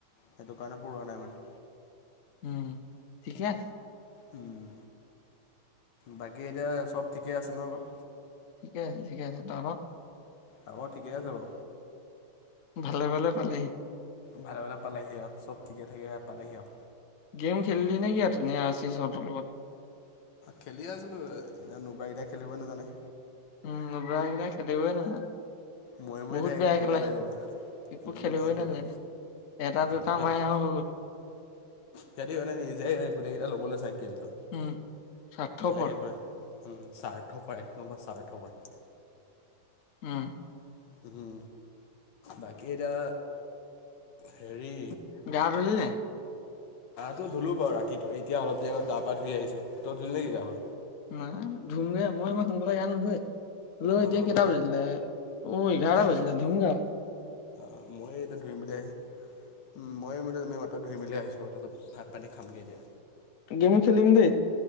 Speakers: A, on the left (about 65°); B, on the left (about 80°).
A: সেইটো কাৰণে পঢ়ুৱা নাই মানে।
B: উম, ঠিকে আছ
A: উম, বাকী এতিয়া চব ঠিকে আছে ন' ঘৰত?
B: ঠিকে আছে ঠিকে আছে। তাৰপা
A: হ'ব ঠিকে আছে বাৰু।
B: ভালে ভালে পালেহি।
A: ভালে ভালে পালেহি আও, চব ঠিকে থাকে পালেহি আও।
B: গেম খেলিলি নেকি আৰু ধুনীয়া চিচ হঁতৰ লগত?
A: খেলিয়ে আছিলো, এ নুব্ৰা কেইটাই খেলিব নাজানে।
B: উম, নুব্ৰা কিটাই খেলিবই নাজানে।
A: ময় ময়
B: বহুত
A: থাকেগে
B: বেয়া
A: প্ৰতিবাই
B: খেলে,
A: গ'ল,
B: একো
A: উম
B: খেলিবই
A: সেইটোয়েটো,
B: নাজানে, এটা দুটা
A: তাকেই
B: মাৰে আৰু হৈ গ'ল,
A: সেইটো মানে নিজেই গোটেই কেইটা ল'বলে কিন্তু,
B: উম, স্বাৰ্থপৰ,
A: বেলেগ একো নাই চাৰ্থপৰ এক নম্বৰ চাৰ্থফাৰ।
B: উম।
A: উম, বাকী এতিয়া, হেৰি
B: গা ধোলি নাই?
A: তো ধুলো বাৰু ৰাতি, এতিয়া অলপ দেৰি আগত গা পা ধুই আহি তই ধুলি নেকি গা পা?
B: না, ধুমগে মই ইমান সোনকালে গা নোধোৱে। হ'লেও
A: অ',
B: এতিয়া কেইটা বাজিলে? অ' এঘাৰটা বজিলে ধূমগে আও।
A: অ মই এতিয়া ধুৰিম পেলাই উম মই মো তুমি মাত ধুই মেলি আহিছোঁ আৰু তাৰপাছত ভাত-পানী খামগৈ এতিয়া।
B: গেমো খেলিম দেই।